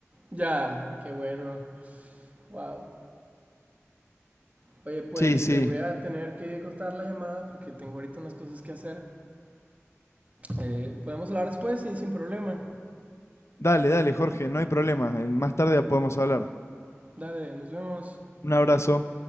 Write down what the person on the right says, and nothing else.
Ya, qué bueno. Wow. Oye, pues
te voy a tener que cortar la llamada porque tengo ahorita unas cosas que hacer. Eh, podemos hablar después y sin problema.
Dale, nos vemos.